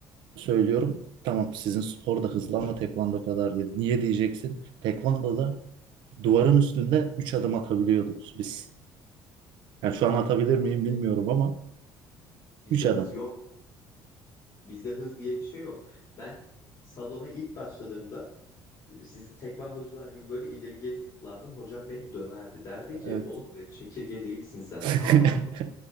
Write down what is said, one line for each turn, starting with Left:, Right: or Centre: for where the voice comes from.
Right: söylüyorum. Tamam sizin spor da hızlı ama tekvando kadar değil. Niye diyeceksin? Tekvandoda duvarın üstünde 3 adım atabiliyorduk biz. Yani şu an atabilir miyim bilmiyorum
Left: Bizde,
Right: ama
Left: bizde
Right: 3 adım.
Left: hız yok. Bizde hız diye bir şey yok. Ben salona ilk başladığımda e, sizi tekvandocular gibi böyle ileri geri zıplardım. Hocam beni döverdi. Derdi
Right: Evet.
Left: ki oğlum dedi, çekirge değilsin sen.
Right: <laughs>
Left: Sağlam dur.